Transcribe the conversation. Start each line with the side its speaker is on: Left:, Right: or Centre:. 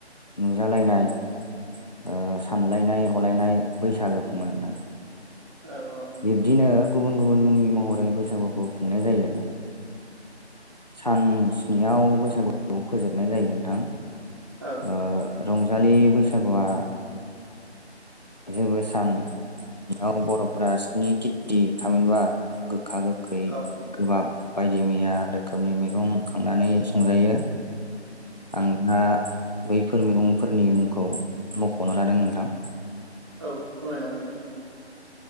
Left: नुजालायनाय ओ सानलायनाय हलायनाय बैसागो खुङो नोंथां।
Right: औ औ औ
Left: बिब्दिनो गुबुन गुबुन मुंनि महरै बैसागुखौ खुंनाय जायो सान नियाव बैसागु फोजोबनाय जायो नोंथां
Right: औ
Left: ओ रंजालि बैसागुआ जेबो सानाव बर' फोरा स्नि तिथि थामहिनबा गोखा गोखै
Right: औ
Left: गोबाब बायदि मैया रोखोमनि मैगं खांनानै संजायो। आं दा बैफोर मैगंफोरनि मुंखौ मख'नो लादों नोंथां।
Right: औ फोरमायनो हागोन नोंथां